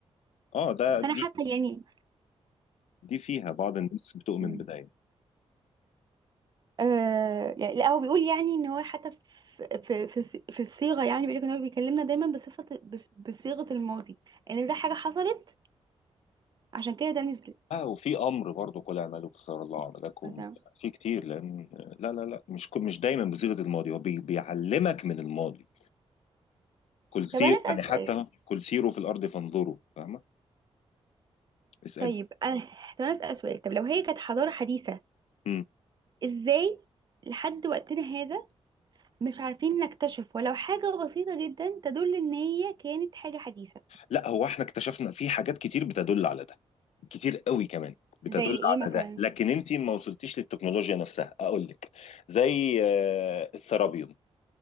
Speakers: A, on the left; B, on the right.
A: اه ده دي
B: فانا حاسه يعني
A: دي فيها بعض الناس بتؤمن
B: فاهم
A: بده يعني.
B: آه يعني لا هو بيقول يعني ان هو حتى في في في الص- في الصيغه يعني بيقول لك ان هو بيكلمنا دايما بصفه بص- بصيغه الماضي ان يعني ده حاجه حصلت عشان كده ده نزل
A: اه وفي امر برضه قل اعملوا فسار الله عملكم
B: مثلا
A: في كتير لان لا لا لا مش ك- مش دايما بصيغه الماضي هو بي بيعلمك من الماضي كل سير
B: طب انا اسال
A: يعني
B: سؤال
A: حتى كل سيروا في الارض فانظروا فاهمه اسال
B: طيب انا طب انا اسال سؤال طب لو هي كانت حضاره حديثه
A: امم
B: ازاي لحد وقتنا هذا مش عارفين نكتشف ولو حاجه بسيطه جدا تدل ان هي كانت حاجه حديثه
A: لا هو احنا اكتشفنا في حاجات كتير بتدل على ده كتير قوي كمان بتدل
B: زي ايه
A: على
B: مثلا
A: ده لكن انت ما وصلتيش للتكنولوجيا نفسها اقول لك زي آه، السرابيوم